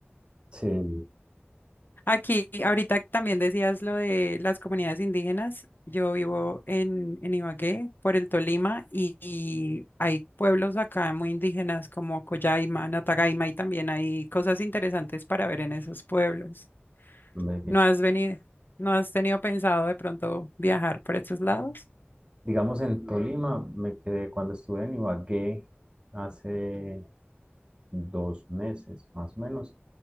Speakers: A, on the right; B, on the left.
A: Sí,
B: Aquí, ahorita también decías lo de las comunidades indígenas. Yo vivo en, en Ibagué, por el Tolima, y, y hay pueblos acá muy indígenas como Collaima, Natagaima, y también hay cosas interesantes para ver en esos pueblos.
A: me he dicho.
B: ¿No has venido, no has tenido pensado de pronto viajar por estos lados?
A: Digamos, en Tolima me quedé cuando estuve en Ibagué hace dos meses, más o menos.